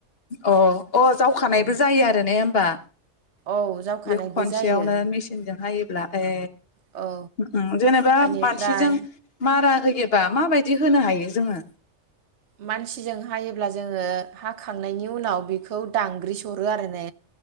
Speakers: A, on the left; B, on the right.
A: अ अ जावखानायबो
B: औ
A: जायो आरो ने होमबा
B: औ जावखानायबो
A: बे खनसेयावनो
B: जायो
A: मेसिनजोंहाय ब्ला ए
B: औ
A: ओम जेनेबा
B: बेनिफ्राय
A: मानसिजों मारा है एबा माबायदि होनो हायो जोङो?
B: मानसिजों हायोब्ला जोङो हाखांनायनि उनाव बेखौ दांग्रि सरो आरो ने।